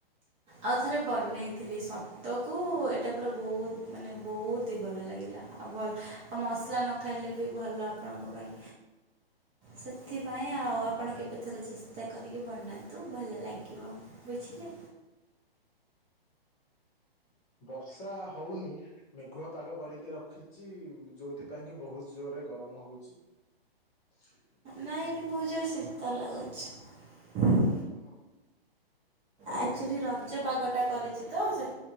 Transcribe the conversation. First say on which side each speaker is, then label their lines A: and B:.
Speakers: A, on the right; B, on the left.
A: ଆଉ ଥରେ ବନେଇଥିଲି ସତକୁ ଏଟା ପୁରା ବହୁତ ମାନେ ବହୁତ ଇତି ଭଲ ଲାଗିଲା ଆଉ ଭଲ ଆଉ ମସଲା ନ ଖାଇଲେ ବି ଭଲ ଆପଣଙ୍କ ପାଇଁ। ସେଥିପାଇଁ ଆଉ ଆପଣ କେବେଥରେ ଚେଷ୍ଟା କରିକି ବନାନ୍ତୁ ଭଲ ଲାଗିବ। ବୁଝିଲେ।
B: ବର୍ଷା ହଉନି। ମେଘୁଆ ପାଗ କରିକି ରଖିଚି ଯୋଉଥିପାଇଁ କି ବହୁତ ଜୋରରେ ଗରମ ହଉଚି। <inaudible>
A: ନାଇ ଏଠି ବହୁତ ଜୋରେ ଶୀତ ଲାଗୁଛି।
B: ଓହୋ
A: ଆକ୍ଚୁଆଲି
B: ହୁଁ
A: ରଜ ପାଗ ଟା କରିଚି ତ ସେ